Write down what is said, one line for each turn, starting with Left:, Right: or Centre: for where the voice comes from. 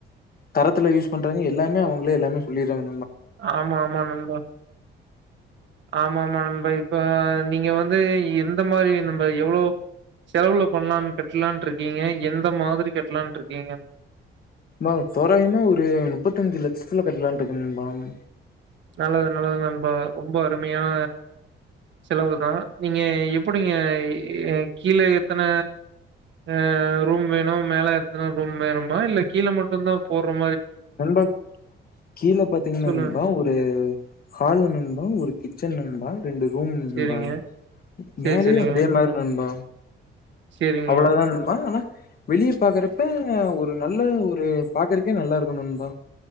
Left: தரத்துல யூஸ் பண்றாங்க எல்லாமே அவங்ளே எல்லாமே சொல்லிற்றாங்க
Right: ஆமா ஆமா நண்பா ஆமா ஆமா நண் இப்ப இப்ப நீங்க வந்து எந்த மாரி நம்ப எவ்ளோ செலவுல பண்ணலான்ட் கட்டலான்ட்ருக்கீங்க எந்த மாதிரி கெட்லான்ட்ருக்கீங்க
Left: நொவ் தோராயமா ஒரு முப்பத்தஞ்சு லட்சத்தில கட்டலான்ட்டுக்க நண்பாம்
Right: நல்லது நல்லது நண்பா ரொம்ப அருமையான செலவு தா நீங்க எப்படிங்க கீழ எத்தன அ ரூம் வேணு மேல எத்தன ரூம் வேணுமா இல்ல கீழ மட்டு தா போட்றம்
Left: நண்பாக் கீழே பாத்தீங்கன்னா
Right: சொல்லுங்க
Left: நண்பா ஒரு ஹாலு நண்பா ஒரு கிச்சன் நண்பா ரெண்டு ரூம்
Right: சேரிங்க
Left: ண்பா
Right: சேரி
Left: மேலயு
Right: சேரிங்க
Left: அதே மாரி நண்பா
Right: சேரிங்க
Left: அவ்ளோதா நண்பா ஆனா வெளிய பாக்குறப்ப ஒரு நல்ல ஒரு பாக்றக்கே நல்லா இருக் கு நம்பா